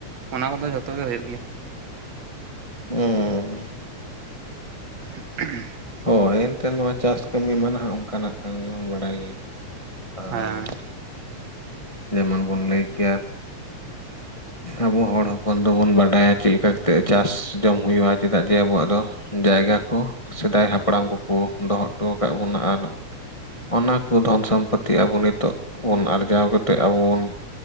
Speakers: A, on the right; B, on the left.
A: ᱚᱱᱟ ᱠᱚᱫᱚ ᱡᱷᱚᱛᱚ ᱜᱮ ᱦᱩᱭᱩᱜ ᱜᱮᱭᱟ᱾
B: ᱩᱸᱻ
A: <unintelligible>
B: ᱦᱳᱭ ᱮᱱᱛᱮ ᱱᱚᱣᱟ ᱪᱟᱥ ᱠᱟᱹᱢᱤ ᱢᱟ ᱱᱟᱦᱟᱜ ᱚᱱᱠᱟᱱᱟᱜ ᱠᱟᱱ ᱜᱮᱵᱚᱱ ᱵᱟᱲᱟᱭ ᱜᱮ, ᱟᱨ
A: ᱦᱮᱸ
B: ᱡᱮᱢᱚᱱ ᱵᱚᱱ ᱞᱟᱹᱭ ᱠᱮᱭᱟ ᱟᱵᱚ ᱦᱚᱲ ᱦᱚᱯᱚᱱ ᱫᱚᱵᱚᱱ ᱵᱟᱰᱟᱭᱟ ᱪᱤᱜ ᱞᱮᱠᱟ ᱠᱟᱛᱮ ᱪᱟᱥ ᱡᱚᱢ ᱦᱩᱭᱩᱜᱼᱟ, ᱪᱮᱫᱟᱜ ᱡᱮ ᱟᱵᱚᱣᱟᱜ ᱫᱚ ᱡᱟᱭᱜᱟ ᱠᱚ ᱥᱮᱫᱟᱭ ᱦᱟᱯᱲᱟᱢ ᱠᱚᱠᱚ ᱫᱚᱦᱚ ᱦᱚᱴᱚ ᱠᱟᱜ ᱵᱚᱱᱟ ᱟᱨ ᱚᱱᱟ ᱠᱚ ᱫᱷᱚᱱ ᱥᱚᱢᱯᱚᱛᱛᱤ ᱟᱵᱚ ᱱᱤᱛᱚᱜ ᱵᱚᱱ ᱟᱨᱡᱟᱣ ᱠᱟ ᱛᱮ ᱟᱵᱚ ᱵᱚᱱ